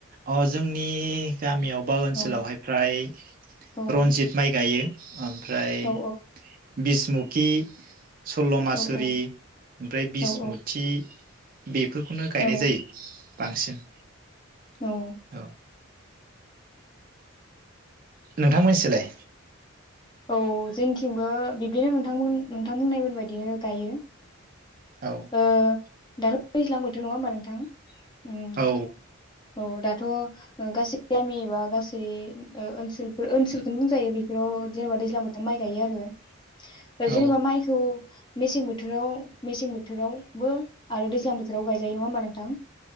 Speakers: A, on the right; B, on the left.
A: अ जोंनि नि गामियाव बा ओनसोलावहाय
B: औ
A: फ्राय
B: औ
A: रनजित माइ गायो। ओमफ्राय
B: औ
A: बिसमुखि, सल्ल'मासुरि
B: औ औ
A: ओमफ्राय बिसमुथि,
B: औ
A: बेफोरखौनो गायनाय
B: औ
A: जायो बांसिन।
B: औ
A: औ नोंथांमोननि सोलाय,
B: औ जोंथिंबो बिब्दिनो नोंथांमोन नोंथां बुंनायमोन बायदिनो गायो।
A: औ
B: ओ दाथ' दैज्लां बोथोर नङा होमबा नोंथां? उम
A: औ
B: औ दाथ' ओ गासै गामि एबा गासै ओ ओनसोलफोर ओनसोलखौनो बुंजायो बेफोराव, जेनेबा दैज्लां बोथोर माइ गायो आरो
A: औ
B: जेनोबा माइखौ मेसें बोथोराव मेसें बोथोरावबो आरो दैज्लां बोथोराव गायजायो नङा होमबा नोंथां।